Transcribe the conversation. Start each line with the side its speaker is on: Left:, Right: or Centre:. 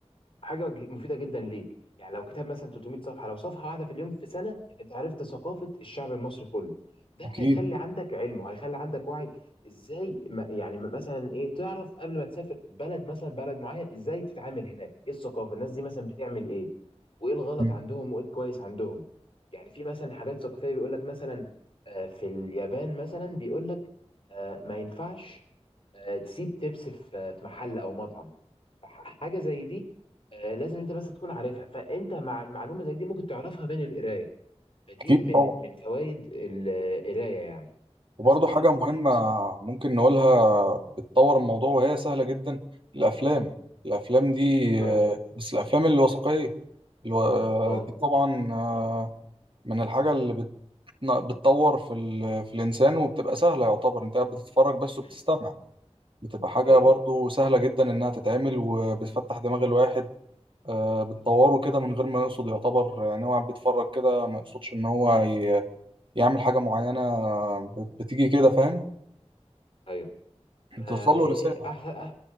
Left: حاجه ج- مفيده جدا ليك يعني لو كتاب مثلا 300 صفحه لو صفحه واحده في اليوم في سنه انت عرفت ثقافه الشعب المصري كله ده
Right: أكيد
Left: هيخلي عندك علم وهيخلي عندك وعي ازاي ما يعني مثلا ايه تعرف قبل ما تسافر بلد مثلا بلد معين ازاي تتعامل هناك ايه الثقافه الناس دي مثلا بتعمل ايه وايه الغلط
Right: أمم،
Left: عندهم وايه الكويس عندهم يعني في مثلا حاجات ثقافيه بيقول لك مثلا آه، في اليابان مثلا بيقول لك آه، ما ينفعش آه، تسيب تبس في في محل او مطعم حاجه زي دي آه، لازم انت بس تكون عارفها فانت مع معلومه زي دي ممكن تعرفها من القرايه فدي
Right: أكيد
Left: من
Right: طبعا
Left: من فوائد ال- القرايه يعني
Right: وبرضه
Left: مثلا
Right: حاجة مهمة
Left: دي نصيحه
Right: ممكن نقولها بتطور الموضوع وهي سهلة جدا الأفلام الأفلام دي
Left: اه
Right: آه، بس الأفلام الوثائقية الو- آه،
Left: اه
Right: دي طبعا آه، من الحاجة اللي بت- بتطور في, ال... في الإنسان وبتبقى سهلة يعتبر أنت
Left: م-
Right: قاعد بتتفرج بس وبتستمع
Left: م.
Right: بتبقى حاجة
Left: ايوه
Right: برضه سهلة جدا إنها تتعمل وبتفتح
Left: م-
Right: دماغ الواحد آه، بتطوره
Left: م-
Right: كده من غير ما يقصد يعتبر يعني هو قاعد بيتفرج كده
Left: م.
Right: ما يقصدش إن هو ي... يعمل حاجة معينة بت- بتيجي كده فاهم
Left: ايوه ما
Right: بتوصل له
Left: هي
Right: رسالة
Left: احسن
Right: يعني.